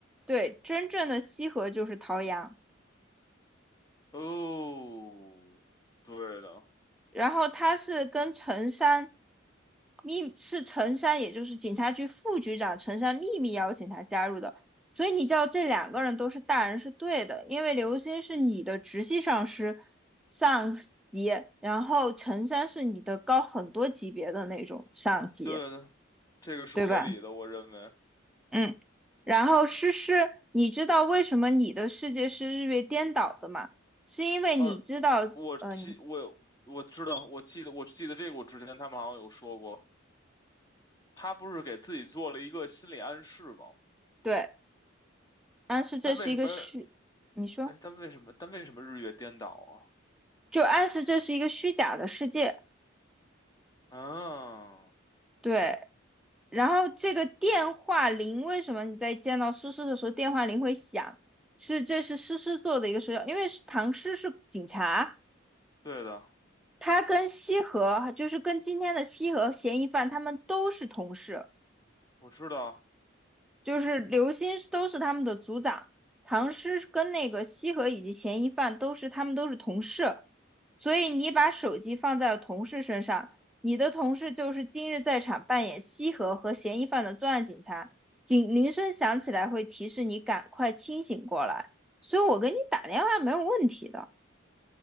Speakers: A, in the centre; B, on the left (about 20°).
A: 对，真正的西河就是陶阳。
B: 哦，对的，
A: 然后他是跟陈山秘是陈山，也就是警察局副局长陈山秘密邀请他加入的，所以你叫这两个人都是大人是对的，因为刘星是你的直系上司上级，然后陈山是你的高很多级别的那种上级，
B: 对的，这个是合理的，
A: 对吧？
B: 我认为。
A: 嗯，然后诗诗，你知道为什么你的世界是日月颠倒的吗？是因为你知道，
B: 而我记我我知道，
A: 嗯、
B: 我记得我记得这个，我之前他们好像有说过，他不是给自己做了一个心理暗示吗？
A: 对，但是这是一个虚，
B: 但为什么？
A: 你说。
B: 哎，但为什么？但为什么日月颠倒
A: 就暗示这是一个虚假的世界。
B: 啊？啊，
A: 对，然后这个电话铃为什么你在见到诗诗的时候电话铃会响？是这是诗诗做的一个手脚，因为是唐诗是警察，
B: 对的，
A: 他跟西河就是跟今天的西河嫌疑犯他们都是同事，
B: 我知道，
A: 就是刘歆都是他们的组长，唐诗跟那个西河以及嫌疑犯都是他们都是同事，所以你把手机放在了同事身上，你的同事就是今日在场扮演西河和嫌疑犯的作案警察，警铃声响起来会提示你赶快清醒过来，所以我给你打电话没有问题的，